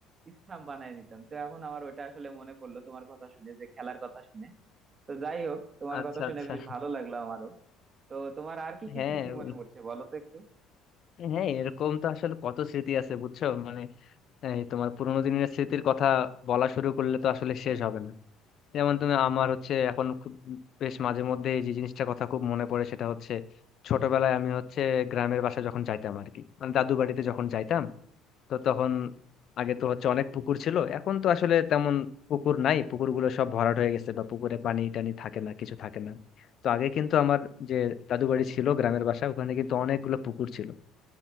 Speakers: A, on the right; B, on the left.
A: স্টাম্প বানিয়ে নিতাম তো এখন আমার ওইটা আসলে মনে পড়লো তোমার কথা শুনে যে খেলার কথা শুনে তো যাই হোক তোমার
B: আচ্ছা
A: কথা শুনে
B: আচ্ছা
A: বেশ ভালো লাগলো আমারও তো তোমার আর কি কি
B: হ্যাঁ
A: স্মৃতি মনে
B: ওই-
A: পড়ছে বলো তো একটু
B: হ্যাঁ এরকম তো আসলে কত স্মৃতি আছে বুঝছো মানে এই তোমার পুরোনো দিনের স্মৃতির কথা বলা শুরু করলে তো আসলে শেষ হবে না যেমন তুমি আমার হচ্ছে এখন খুব বেশ মাঝে মধ্যে এই যে জিনিসটা কথা খুব মনে পড়ে সেটা হচ্ছে ছোটবেলায় আমি হচ্ছে গ্রামের বাসা যখন যাইতাম আর কি মানে দাদু বাড়িতে যখন যাইতাম তো তখন আগে তো হচ্ছে অনেক পুকুর ছিল এখন তো আসলে তেমন পুকুর নাই পুকুরগুলো সব ভরাট হয়ে গেছে বা পুকুরে পানি টানি থাকে না কিছু থাকে না তো আগে কিন্তু আমার যে দাদু বাড়ি ছিল গ্রামের বাসা ওখানে কিন্তু অনেকগুলো পুকুর ছিল